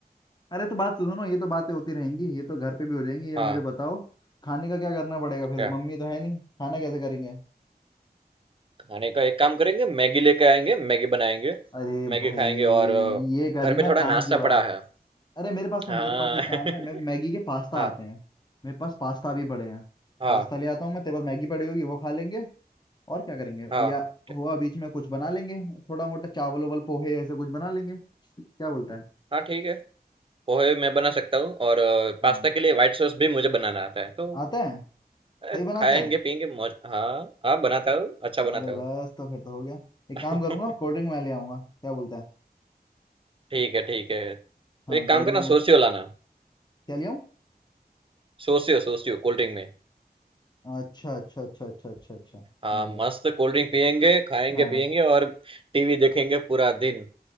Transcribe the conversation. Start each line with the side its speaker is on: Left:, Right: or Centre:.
Left: अरे तो बात सुनो ना ये तो बातें होती रहेंगी ये तो घर पे भी हो जाएंगी ये
Right: हाँ
Left: मुझे बताओ खाने का क्या करना पड़ेगा
Right: क्या
Left: फिर मम्मी तो है नहीं खाना कैसे करेंगे
Right: खाने का एक काम करेंगे मैगी लेके आएंगे मैगी बनाएंगे
Left: अरे भाई
Right: मैगी खाएंगे और अ,
Left: ये करी
Right: घर पे
Left: ना
Right: थोड़ा
Left: काम
Right: नाश्ता
Left: की बात
Right: पड़ा है
Left: अरे मेरे पास सुन
Right: हाँ
Left: मेरे पास एक काम
Right: <laughs>
Left: है मैं मैगी के पास्ता
Right: हाँ
Left: आते हैं मेरे पास पास्ता भी पड़े हैं
Right: हाँ
Left: पास्ता ले आता हूँ मैं तेरे पास मैगी पड़ी होगी वो खा लेंगे और क्या करेंगे
Right: हाँ
Left: या
Right: ठी-
Left: हुआ बीच में कुछ बना लेंगे थोड़ा मोटा चावल उवल पोहे ऐसे कुछ बना लेंगे क्या बोलता है
Right: हाँ ठीक है पोहे मैं बना सकता हूँ और अ, पास्ता
Left: हाँ
Right: के लिए व्हाइट सॉस भी मुझे बनाना आता है तो
Left: आता है सही
Right: अ,
Left: बनाता
Right: खाएंगे
Left: है
Right: पियेंगे मौज हाँ हाँ बनाता हूँ अच्छा बनाता
Left: अरे
Right: हूँ
Left: बस तो फिर तो हो गया एक
Right: <laughs>
Left: काम करूंगा कोल्ड ड्रिंक मैं ले आऊंगा क्या बोलता है
Right: ठीक है ठीक है तो
Left: हाँ
Right: एक
Left: कोल्ड
Right: काम
Left: ड्रिंक
Right: करना
Left: में
Right: सोसियो लाना
Left: क्या ले आऊं
Right: सोसियो सोसियो कोल्ड ड्रिंक में
Left: अच्छा अच्छा अच्छा अच्छा अच्छा अच्छा समझ
Right: हाँ
Left: गया
Right: मस्त कोल्ड ड्रिंक पियेंगे खाएंगे
Left: हाँ
Right: पियेंगे और टीवी देखेंगे पूरा दिन